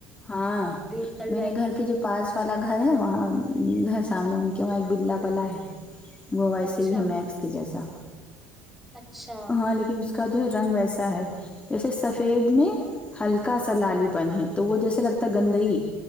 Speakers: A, on the left; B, in the centre.
A: ہاں
B: دن چل
A: میرے
B: جائے
A: گھر کے جو پاس والا گھر ہے وہاں سامنے ان کے وہاں ایک بلا پلا ہے وہ ویسے
B: اچھا
A: ہی ہے میکس کے جیسا
B: اچھا
A: ہاں لیکن اس کا جو رنگ ویسا ہے جیسے سفید میں ہلکا سا لالی پن ہے تو وہ جیسے لگتا ہے گندی